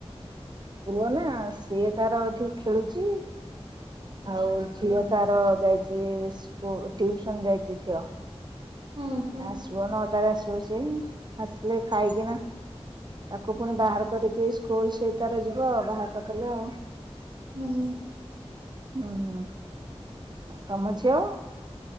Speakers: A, on the right; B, on the right.
A: ପୁଅ ନା ସିଏ ତାର ଏଠି ଖେଳୁଚି। ଆଉ ଝିଅ ତାର ଯାଇଚି ସ୍କୁ ଟିଉସନ୍ ଯାଇଚି ଝିଅ।
B: ହୁଁ ହୁଁ
A: ନା ଆସିବ ନଅଟାରେ ଆସିବ ସିଏ ଆସିଲେ ଖାଇକିନା ତାକୁ ପୁଣି ବାହାର କରିକି ଏଇ ସ୍କୁଲ ସେଇ ତାର ଯିବ ବାହା କରଦେଲେ ଆଉ।
B: ହୁଁ
A: ଉଁ ହୁଁ ଆଉ ତମ ଝିଅ?